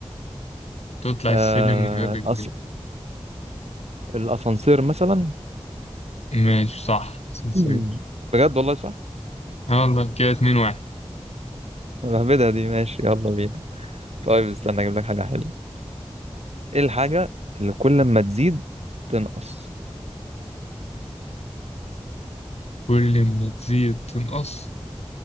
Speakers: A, on the left; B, on the right.
A: تطلع
B: آه
A: السلم من غير رجلين
B: الأس... الأسانسير مثلا
A: ماشي صح سنسير
B: مم. بجد والله صح
A: يلا كده اتنين واحد
B: مهبدة دي ماشي يلا بينا طيب استنى أجيب لك حاجة حلوة إيه الحاجة اللي كل ما تزيد تنقص
A: كل ما تزيد تنقص